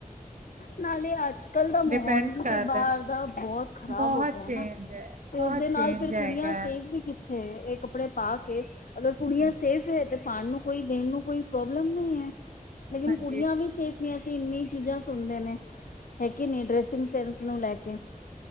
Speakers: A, on the left; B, on the right.
A: ਨਾਲੇ ਅੱਜ ਕੱਲ ਦਾ ਮਾਹੌਲ
B: ਡਿਪੈਂਡਸ
A: ਵੀ
B: ਕਰਦਾ
A: ਤੇ ਬਾਹਰ
B: ਹੈ।
A: ਦਾ ਬਹੁਤ ਖ਼ਰਾਬ
B: ਬਹੁਤ
A: ਹੋ ਗਿਆ ਹਨਾ
B: ਚੇਂਜ ਹੈ
A: ਤੇ
B: ਬਹੁਤ
A: ਉਸਦੇ ਨਾਲ
B: ਚੇਂਜ
A: ਫਿਰ
B: ਹੈਗਾ
A: ਕੁੜੀਆਂ
B: ਹੈ।
A: ਸੇਵ ਵੀ ਕੀਤੀ ਤੇ ਇਹ ਕੱਪੜੇ ਪਾ ਕੇ ਅਗਰ ਕੁੜੀਆਂ
B: ਹੂੰ,
A: ਸੇਫ ਹੈ ਤੇ ਪਾਉਣ ਨੂੰ ਕੋਈ ਦੇਣ ਨੂੰ ਕੋਈ ਪ੍ਰੋਬਲਮ ਨਹੀਂ ਹੈ। ਲੇਕਿਨ
B: ਹਾਂਜੀ
A: ਕੁੜੀਆਂ ਵੀ ਸੇਫ ਨਹੀਂ ਐ। ਇੰਨੀ ਚੀਜ਼ਾਂ ਸੁਣਦੇ ਨੇ ਹੈ ਕਿ ਨਹੀਂ ਡਰੈਸਿੰਗ ਸੈਂਸ ਨੂੰ ਲੈ ਕੇ